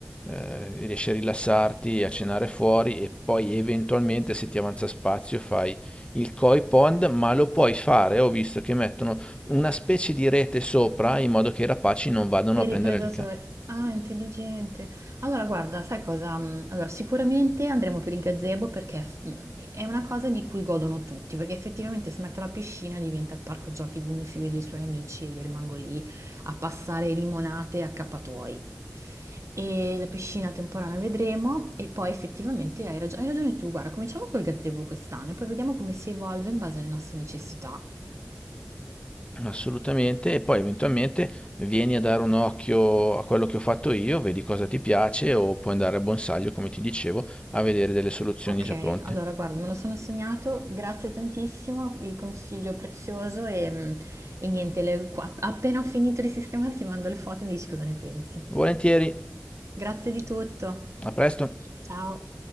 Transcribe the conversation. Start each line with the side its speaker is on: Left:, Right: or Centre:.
Left: eh, riesci a rilassarti, a cenare fuori e poi eventualmente se ti avanza spazio fai il koi pond, ma lo puoi fare, ho visto che mettono una specie di rete sopra in modo che i rapaci non vadano
Right: Per
Left: a prendere
Right: i predatori.
Left: le carpe.
Right: Ah, intelligente. Allora, guarda, sai cosa? mm, Allora, sicuramente andremo per il gazebo perché f- mm, è una cosa di cui godono tutti, perché effettivamente se metto la piscina diventa il parco giochi di mio figlio e dei suoi amici e io rimango lì a passare limonate a accappatoi. E la piscina temporanea vedremo e poi effettivamente hai ragio- hai ragione tu, guarda, cominciamo col gazebo quest'anno e poi vediamo come si evolve in base alle nostre necessità.
Left: Assolutamente, e poi eventualmente vieni a dare un occhio a quello che ho fatto io, vedi cosa ti piace o puoi andare a Bonsaglio, come ti dicevo, a vedere delle soluzioni
Right: Ok,
Left: già pronte.
Right: allora guarda, me lo sono segnato, grazie tantissimo, il consiglio prezioso e, mm, e niente, le- qua- appena ho finito di sistemare ti mando le foto e mi dici cosa ne pensi.
Left: Volentieri,
Right: Grazie di tutto,
Left: a presto!
Right: ciao!